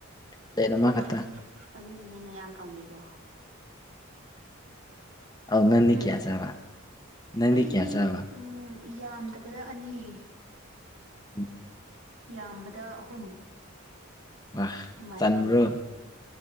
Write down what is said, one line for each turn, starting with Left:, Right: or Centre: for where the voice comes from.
Left: ꯄ꯭ꯂꯦꯠ
Right: <unintelligible>
Left: ꯑꯃꯈꯛꯇ
Right: ꯑꯗꯨꯒꯤꯅꯦ ꯅꯌꯥꯡ ꯀꯪꯉꯤꯗꯣ
Left: ꯑꯧ ꯅꯪꯗꯤ
Right: ꯎꯝ
Left: ꯀꯌꯥ ꯆꯥꯕ ꯅꯪꯗꯤ
Right: ꯑꯩꯗꯤ
Left: ꯀꯌꯥ ꯆꯥꯕ
Right: ꯎꯝ ꯌꯥꯝꯗꯕꯗ ꯑꯅꯤ
Left: ꯎꯝ
Right: ꯌꯥꯝꯕꯗ ꯑꯍꯨꯝ
Left: ꯋꯥ
Right: ꯑꯗꯨꯃꯥꯏꯅ
Left: ꯆꯟꯕ꯭ꯔꯣ
Right: ꯂꯩꯌꯦ